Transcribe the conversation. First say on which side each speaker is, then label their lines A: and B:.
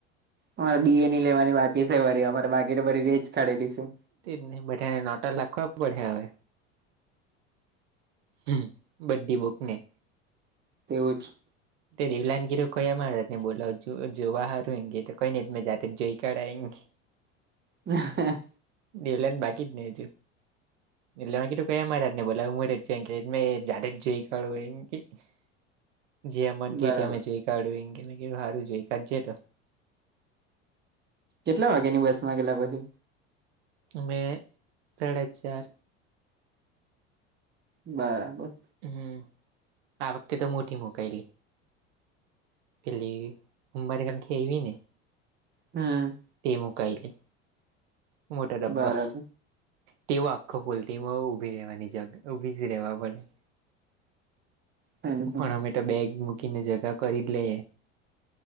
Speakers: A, on the right; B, on the right.
A: અમારે બી એ ની લેવાની બાકી છે વારી અમારે બાકીને બધી લેય જ કાળેલી.
B: તે જ નહી બધાને નોટા લખવા પડે હવે. હમ્મ બધી બુકને.
A: તેવું જ.
B: એ દેવલાને કીધું કયા મહારાજ ને બોલા જોવા હારુંં તો કઈ ને ત જાતે જ જોઈ કઢા એમ કેય. <inaudible>
A: હ હ.
B: દેવલાને બાકી જ નહી ત. એટલે મેં કીધું કયા મહારાજ ને બોલાવ હું જ મે જાતે જ જોય કાઢું એમ કેય જ્યારે મન થયું
A: બરાબર
B: ત્યારે મે જોઈ કાઢું મેં કીધું સારું જોઈ કાઢજ તો.
A: કેટલા વાગ્યાની બસ માં ગેલા પછી.
B: મે સાડા ચાર.
A: બરાબર.
B: હમ્મ આ વખતે તો મોટી મુકાયેલી. પેલી ઉંમરગામથી આવી ને
A: હમ્મ.
B: તે મુકાયલી મોટા ડબ્બા
A: બરાબર
B: તેવ આખો ફુલ ઊભી રહેવાની જ ઊભી જ રહેેવા પડે.
A: હમ હમ
B: પણ અમે તો બેગ મૂકીને જગા કરી. એટલે